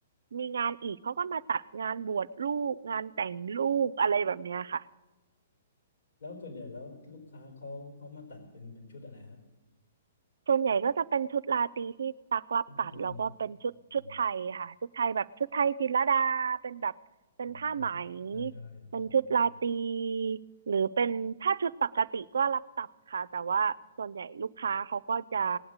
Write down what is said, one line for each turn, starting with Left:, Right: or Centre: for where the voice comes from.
Right: มีงานอีกเขาก็มาตัดงานบวชลูกงานแต่งลูกอะไรแบบเนี้ยค่ะ
Left: แล้วส่วนใหญ่แล้วลูกค้าเขาเขามาตัดเป็นเป็นชุดอะไรฮะ
Right: ส่วนใหญ่ก็จะเป็นชุดราตรีที่ตักรับตัดแล้วก็เป็นชุดชุดไทยค่ะชุดไทยแบบชุดไทยจิตรลดาเป็นแบบเป็นผ้าไหม
Left: ชุดอะไรดีอ๋ออ๋อเข้าใจเลยอื
Right: เป็นชุดราตรี
Left: ม
Right: หรือเป็นถ้าชุดปกติก็รับตัดค่ะแต่ว่าส่วนใหญ่ลูกค้าเขาก็จะ